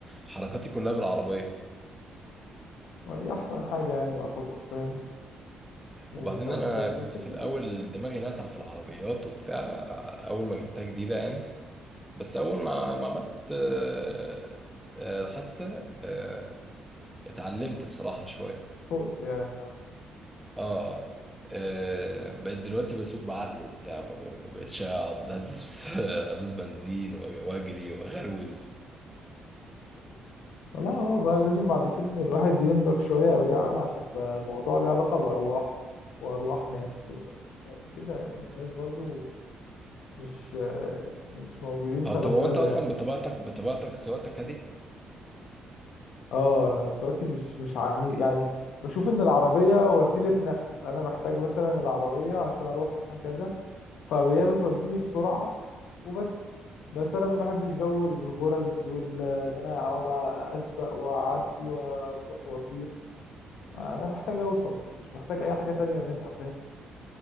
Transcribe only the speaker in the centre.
حركاتي كلها بالعربية
وبعدين انا
كنت
في الاول
دماغي لاسعه في العربيات وبتاع اول ما جبتها جديده يعني بس اول ما ما عملت آه، آه، الحادثه آه، اتعلمت بصراحه شويه
اه اه آه، بقيت دلوقتي بسوق بعقل وبتاع ما ب- ما بقتش اقعد ادوس <laughs> ادوس بنزين وأ- واجري واغروز
اه
طب هو انت اصلا
بطبيعتك بطبيعتك سواقتك هاديه